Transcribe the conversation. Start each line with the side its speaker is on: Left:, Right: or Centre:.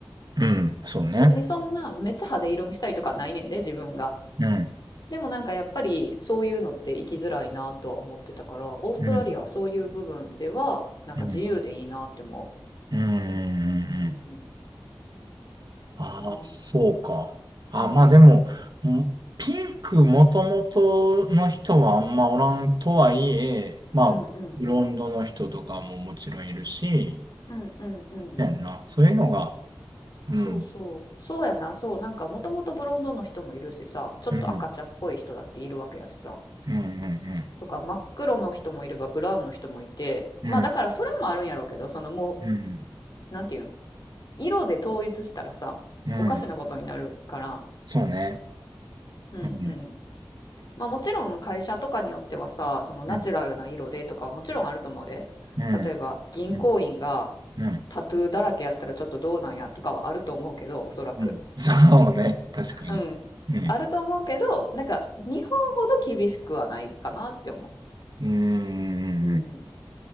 Right: うん。そうね。
Left: 別にそんなめっちゃ派手色にしたいとかないねんで、自分が。
Right: うん。
Left: でもなんかやっぱりそういうのって生きづらいなとは思ってたからオーストラリアはそういう部分ではなんか自由でいいなって思
Right: うん。うん。うん。うん
Left: ううん、
Right: ああ、
Left: かな。
Right: そうか。あ、
Left: う。うん
Right: まあでも、んピンクもともとの人はあんまおらんとはいえ、まあ、
Left: うんうんうん
Right: ブロンドの人とかももちろんいるし、
Left: うんうんうん
Right: やんな。そういうのが、うん。
Left: そうそうそうやなそうなんかもともとブロンドの人もいるしさちょっと赤茶っぽい人だっているわけやしさ
Right: うん。うん。
Left: とか真っ黒の人もいればブラウンの人もいてまあだからそれもあるんやろうけどそのも
Right: うん。うん。うん。
Left: うなんていうん色で統一したらさおかしなことになるから
Right: うん。うんそうね。
Left: うんうん
Right: うん。
Left: まあもちろん会社とかによってはさ、そのナチュラルな色でとかはもちろんあると思うで。
Right: うん。うん。
Left: 例えば銀行員が
Right: うん。うん。
Left: タトゥーだらけやったらちょっとどうなんやとかはあると思うけど、おそらく。
Right: うんそうね。確かに。
Left: うん。
Right: うん。
Left: あると思うけど、なんか日本ほど厳しくはないかなって思
Right: うん。うん
Left: う。うん。